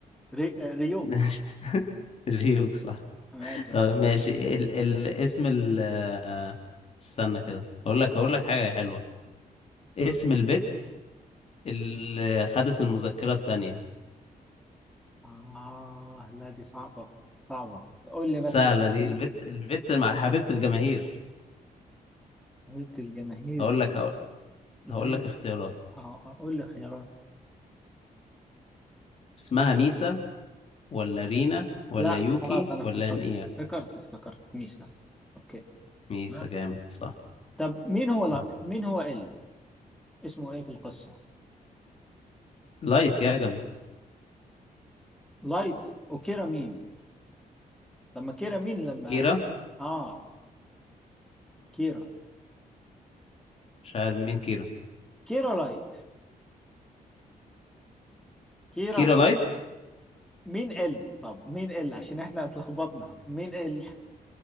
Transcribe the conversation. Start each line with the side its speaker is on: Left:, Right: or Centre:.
Centre: ري... آه، ريوك
Left: <laughs> ريوك صح
Centre: ماشي
Left: طب
Centre: يعني.
Left: ماشي ال ال اسم ال آه، استنى كده هقول لك هقول لك حاجة حلوة اسم
Centre: اه
Left: البت اللي خدت المذكرة التانية
Centre: آه، لا دي صعبه صعبه قول لي
Left: سهلة
Centre: مثلا
Left: دي
Centre: ما
Left: البت البت مع حبيبة الجماهير
Centre: قلت الجماهير
Left: هقول لك هقول
Centre: الهند
Left: هقول لك اختيارات
Centre: اه آه، قول لي خيارات
Left: اسمها ميسا ولا رينا ولا
Centre: لا
Left: يوكي
Centre: خلاص انا افتكرت
Left: ولا نيا
Centre: افتكرت افتكرت ميسا اوكي
Left: ميسا
Centre: تمام
Left: جامد صح
Centre: طب مين هو
Left: صح
Centre: لا... مين هو ال اسمه ايه في القصه
Left: لايت يا جمي
Centre: لايت وكيرا مين لما كيرا مين لما
Left: كيرا
Centre: اه كيرا
Left: مش عارف مين كيرا
Centre: كيرا لايت كيرا
Left: كيرا لايت
Centre: مين ال طب مين ال عشان احنا اتلخبطنا مين ال